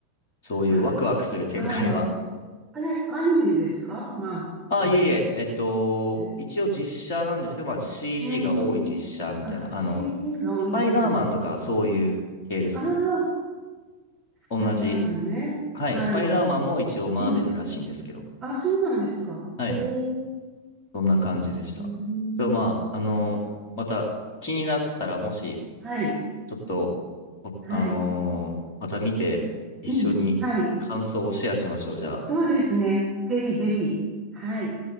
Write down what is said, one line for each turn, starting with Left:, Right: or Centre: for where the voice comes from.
Left: そういうワクワクする展開は。
Right: あ、ああ、あれ、アニメですかマーベルっ
Left: あ、いえいえ、えっと、
Right: て。
Left: 一応実写なんですけど、まあ CG
Right: うーん。
Left: が多い実写みたいな。
Right: あ、CG
Left: あの、
Right: が多いんですね。
Left: スパイダーマンとかそういう系ですね。
Right: ああ、スパイダーマンね。
Left: 同じ。はい。
Right: はい。
Left: スパイダーマンも一応マーベルらしいんですけど。
Right: うんあ、そうなんですか。
Left: はい。
Right: へえ。う
Left: そんな感じでした。
Right: ーん。
Left: と、まあ、あの、また気になったら、もし、
Right: はい。
Left: ちょっと、おあのーまた見て、
Right: はい。
Left: 一緒に感想をシェアしましょう、
Right: うん。はい。
Left: じゃあ。
Right: そうですね。ぜひぜひ。はい。